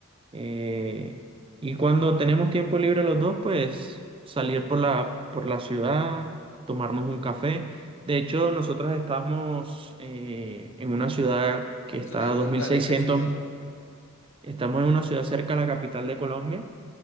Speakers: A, on the right; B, on the left.
A: Eh, y cuando tenemos tiempo libre los dos, pues salir por la, por la ciudad, tomarnos un café. De hecho, nosotros estamos eh, en una ciudad que
B: Eso
A: está
B: te iba
A: a
B: a preguntar,
A: dos mil seiscientos
B: ¿en qué ciudad?
A: estamos en una ciudad cerca a la capital de Colombia,